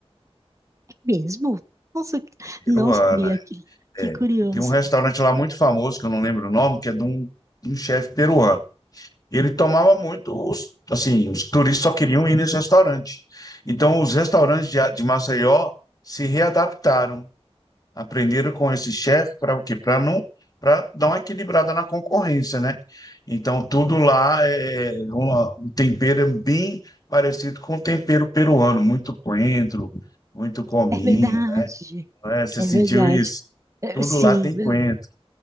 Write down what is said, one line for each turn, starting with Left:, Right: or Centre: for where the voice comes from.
Right: É mesmo? Nossa,
Left: Peruana,
Right: não sabia, que, que
Left: é.
Right: curioso.
Left: Tem um restaurante lá muito famoso, que eu não lembro o nome, que é de um, de um chefe peruano. Ele tomava muito, os, assim, os turistas só queriam ir nesse restaurante. Então, os restaurantes de, A- de Maceió se readaptaram, aprenderam com esse chefe para o quê? Para não, para dar uma equilibrada na concorrência, né? Então, tudo lá é é uma- um tempero é bem parecido com o tempero peruano, muito coentro, muito cominho,
Right: É verdade.
Left: né? É, Você
Right: É
Left: sentiu
Right: verdade.
Left: isso?
Right: É,
Left: Tudo
Right: sim,
Left: lá tem
Right: eu
Left: coentro.